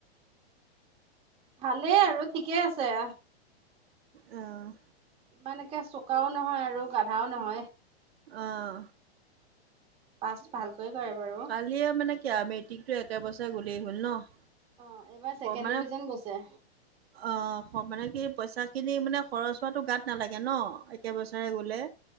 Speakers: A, on the right; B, on the right.
A: ভালেই আৰু ঠিকে আছে।
B: অ'।
A: ইমান একে চোকাও নহয় আৰু গাধাও নহয়।
B: অহ।
A: পাছ ভালকৈ কৰে বাৰু।
B: কালিয়ে মানে ক মেট্ৰিকতো একেবছৰে গ'লেই হ'ল ন'।
A: অ' এইবাৰ ছেকেণ্ড
B: মানে
A: ডিভিজন গৈছে।
B: অ' মানে কি পইচা খিনি মানে খৰচ হোৱাটো গাত নালাগে ন'। একেবছৰে গ'লে।